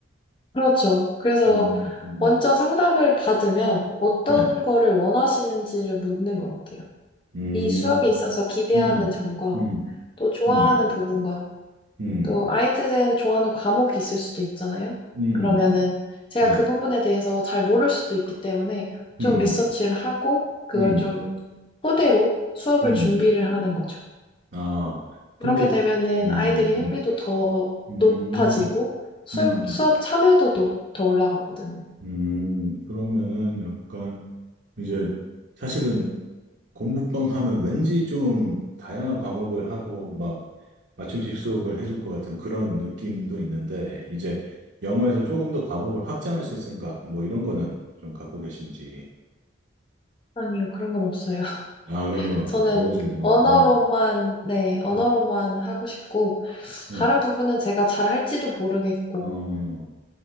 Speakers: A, on the left; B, on the right.
A: 그렇죠. 그래서
B: 음, 음.
A: 먼저 상담을 받으면 어떤
B: 네.
A: 거를 원하시는지를 묻는 것 같아요.
B: 음,
A: 이 수업에 있어서 기대하는
B: 음,
A: 점과
B: 음,
A: 또 좋아하는
B: 음,
A: 부분과
B: 음,
A: 또 아이들은 좋아하는 과목이 있을 수도 있잖아요.
B: 음,
A: 그러면은 제가
B: 네.
A: 그 부분에 대해서 잘 모를 수도 있기 때문에
B: 음,
A: 좀 리서치를 하고 그걸
B: 음,
A: 좀 토대로 수업을
B: 음.
A: 준비를 하는 거죠.
B: 아, 근데,
A: 그렇게 되면은
B: 음,
A: 아이들이
B: 음,
A: 흥미도 더
B: 음,
A: 높아지고 수,
B: 음.
A: 수업 참여도도 더 올라가거든요.
B: 음, 그러면은 약간 이제 사실은 공부방 하면 왠지 좀 다양한 과목을 하고 막 맞춤식 수업을 해줄 것 같은 그런 느낌도 있는데 이제 영어에서 조금 더 과목을 확장하실 생각 뭐 이런 거는 좀 갖고 계신지.
A: 아니요, 그런 건 없어요. <laughs>
B: 아, 그런 건 없어요.
A: 저는
B: 오로지 영어.
A: 언어로만,
B: 어,
A: 네, 언어로만
B: 응,
A: 하고 싶고,
B: 응.
A: 다른 부분은 제가 잘 할지도 모르겠고,
B: 어,